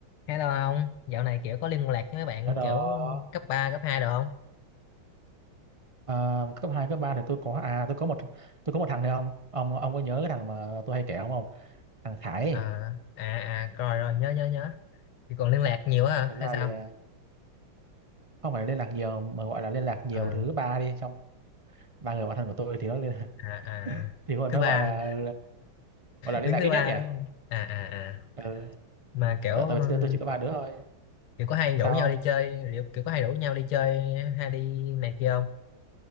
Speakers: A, on the left (about 80°); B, on the right (about 25°).
A: Hay đâu không? Dạo này kiểu có liên lạc với mấy bạn
B: Hello,
A: kiểu cấp 3 cấp hai được không?
B: à, cấp 2 cấp 3 thì tôi có à tôi có một tôi có một thằng này ông ông ông có nhớ cái thằng mà tôi hay kể ông không? Thằng Khải.
A: À,
B: ấy.
A: à, à, rồi rồi, nhớ, nhớ, nhớ. Thì còn liên lạc nhiều quá hả?
B: Thật ra
A: Hay sao?
B: thì à, không phải liên lạc nhiều mà gọi là liên lạc nhiều
A: À,
B: thứ ba đi trong ba người bạn thân của tôi thì nó liên
A: à,
B: <laughs>
A: à,
B: thì còn
A: thứ
B: nó
A: ba,
B: gọi là gọi là liên
A: đứng
B: lạc
A: thứ
B: ít
A: ba
B: nhất nhỉ?
A: đúng không? À, à, à.
B: Ừ,
A: Mà kiểu,
B: tại
A: um,
B: tại vì tôi, tôi chỉ có ba đứa thôi.
A: kiểu có hay
B: Sao
A: rủ nhau
B: không?
A: đi chơi, kiểu, kiểu có hay rủ nhau đi chơi hay đi này kia không?